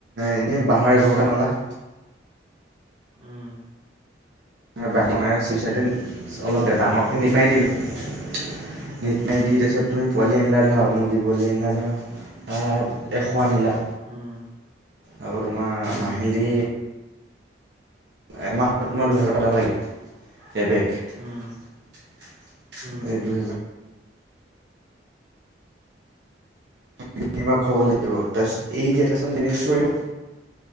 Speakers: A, on the right; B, on the right.
A: এনেই বাঁহৰে ঘৰতে মালা।
B: উম।
A: বাহ বনাই চল চাৰদিন অলপ দে দাঙৰ নিটমাৰি দিলা নিটমাৰি
B: উম উম
A: দি তাৰপিছত তুমি পোৱালি আনি লা ধৰা মুৰ্গী পোৱালি আনীলা ধৰা আহ এশ আনিলা।
B: উম
A: আকৌ তোমাৰ
B: উম
A: মাহিলী এমাহত তোমাৰ দুহেজাৰ দাম লাগিব। এবেগ এই
B: উম উম
A: দুহেজাৰ <inaudible> মাক কিবা খুৱাব লাগিব তাৰপিছত এ দিয়া তাৰপিছত লিমিট চৰিও